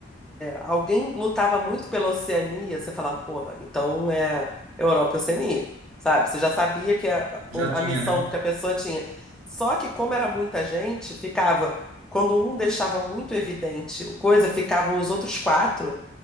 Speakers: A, in the centre; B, on the right.
A: Alguém lutava muito pela Oceania, você falava, porra, então é Europa e Oceania, sabe? Você já sabia que a,
B: Já
A: o- a
B: tinha,
A: missão
B: né?
A: que a pessoa tinha. Só que, como era muita gente, ficava. Quando um deixava muito evidente o coisa, ficavam os outros quatro